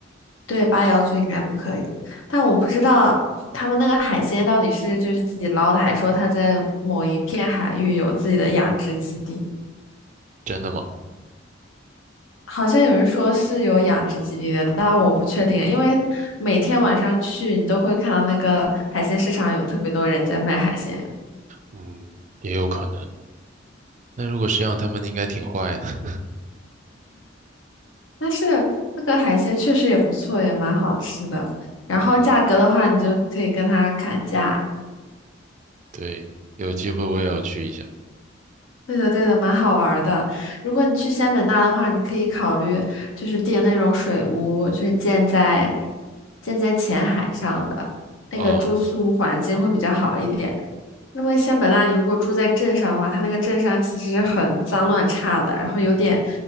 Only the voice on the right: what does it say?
真的吗？
嗯，也有可能。那如果是这样，他们应该挺坏的。<laughs>
嗯，
对，有机会我也要去一下。
哦，